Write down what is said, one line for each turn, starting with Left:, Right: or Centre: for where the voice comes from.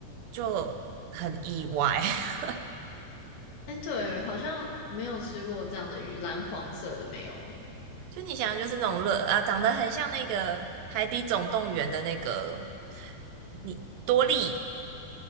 Right: 就很意外。<laughs>
Left: 哎，对，好像没有吃过这样的鱼，蓝黄色的没有。
Right: 就你想的就是那种乐啊，长得很像那个《海底总动员》的那个你多利，